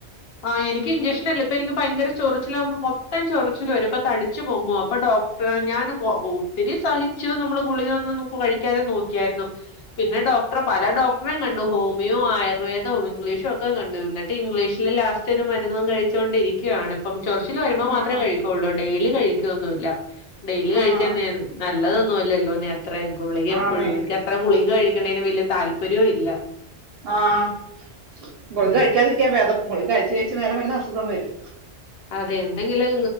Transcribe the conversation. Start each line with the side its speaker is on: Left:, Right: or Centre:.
Left: ആഹ് എനിക്ക് ഇഞ്ചക്ഷനല്ല ഇപ്പൊ എനിക്ക് ഭയങ്കര ചൊറിച്ചില വന്ന് മൊത്തം ചൊറിച്ചില് വരും അപൊ തടിച്ചു പോങ്ങുവാ അപ്പൊ ഡോ ക്ടർ ഞാൻ പോ ഒത്തിരി സഹി ച്ചു നമ്മള് ഗുളിക ഒന്നുന്നും കഴിക്കാതെ നോക്കിയായിരുന്നു പിന്നെ ഡോ ക്ടർ പല ഡോക്ടറെേ കണ്ടു ഹോമിയോ ആയുർവേദവും ഇംഗ്ലീഷും ഒക്കെ കണ്ടിരുന്നു എന്നിട്ട് ഇംഗ്ലീഷ്. ലാസ്റ്റൊരു മരുന്നും കഴിച്ചു കൊണ്ടിരിക്കുകയാണ് ഇപ്പം ചൊറിച്ചില് വരുമ്പം മാത്രമേ
Right: ആഹ്
Left: കഴി കൊള്ളൂ ഡെയിലി കഴിക്കുവൊന്നുല്ല ഡെയിലി കഴിക്കാൻ
Right: ആഹ്
Left: നീ നല്ലതൊന്നു അല്ലല്ലോ നീ അത്ര. ഗുളിക എപ്പഴും
Right: ആന്നേ
Left: എനിക്ക് അത്ര ഗുളിക കഴിക്കണേന് വലിയ താല്പര്യവും ഇല്ല.
Right: ആഹ് ഗുളിക
Left: ഉം
Right: കഴിക്കാതിരിക്കാ ഭേദം ഗുളി കഴിച്ച് കഴിച്ച് വേറെ വല്ല അസുഖം വരും.
Left: അതെ എന്തെങ്കിലും